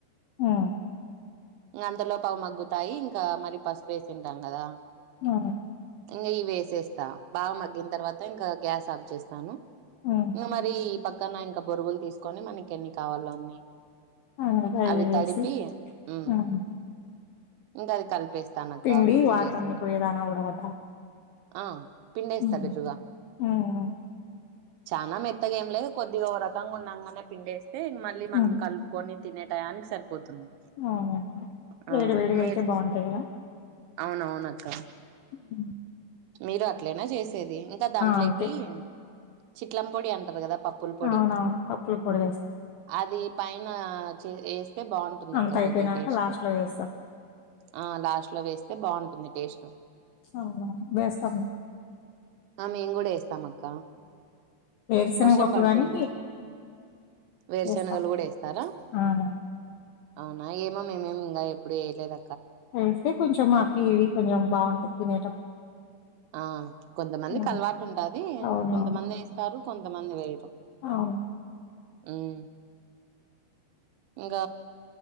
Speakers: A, on the left; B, on the right.
A: ఆ
B: అంతలోపు అవి మగ్గుతాయి ఇంకా మరి పసుపే సింటాం కదా
A: ఆ
B: ఇంకా ఇవి వేసేస్తా బాగా మగ్గిన తర్వాత ఇంకా గ్యాస్ ఆఫ్ చేస్తాను
A: హ్మ్.
B: ఇంకా మరి పక్కన ఇంకా బొరుగులు తీసుకొని మనకి ఎన్ని కావాలో అన్ని
A: ఆనపకాయలు
B: అవి
A: వేసి
B: తడిపి ఉ
A: హ్మ్.
B: ఇంకా అది కలిపేసి తనక
A: పిండి
B: గుజ్జు
A: వాటరన్ని
B: చేసిండ
A: పోయేదానా ఉడకబెట్టాలి.
B: ఆ పిండేస్తా
A: హ్మ్.
B: బిర్రుగా
A: హ్మ్.
B: చానా మెత్తగా ఏం లేదు కొద్ది ఓరకంగా ఉన్నాంగానే పిండేస్తే మళ్ళీ మనం
A: హ్మ్.
B: కలుపుకొని తినే టయానికి సరిపోతుంది
A: అవునండి.
B: ఆ
A: వేడి వేడిగా
B: మీరు
A: అయితే బావుంటాయి
B: అవునవునక్క
A: అ
B: మీరు అట్లేనా చేసేది ఇంకా దాంట్లోకి
A: అంతే.
B: చిట్లం పొడి అంటారు కదా పప్పుల పొడి
A: అవునవును. పప్పుల పొడి వేస్తాం.
B: అది పైన చే ఎస్ బాగుంటుంది
A: అంతా
B: అక్క
A: అయిపోయినాక
B: కొద్దిగా టేస్ట్
A: లాస్ట్‌లో వేస్తాం.
B: ఆ లాస్ట్ లో వేస్తే బాగుంటుంది టేస్ట్
A: అవునవును వేస్తాం మేము
B: మేము కూడా ఏస్తాం అక్క
A: వేరుశనగ
B: వర్షం
A: పప్పు
B: పడుతుంద
A: గానీ
B: వేరుశనగలు
A: వేస్తాం.
B: కూడా ఎస్తారా
A: ఆహా!
B: అవునా ఏమో మేమేమి ఇంకా ఎప్పుడు ఏయలేద
A: వేస్తే కొంచెం అవి ఇవి కొంచెం బాగుంటది తినేటప్
B: ఆ కొంతమందికి
A: హ్మ్.
B: అలవాటు ఉంటది
A: అవునవును.
B: కొంతమంది వేస్తారు కొంతమంది వేయరు
A: అవును
B: ఇంగ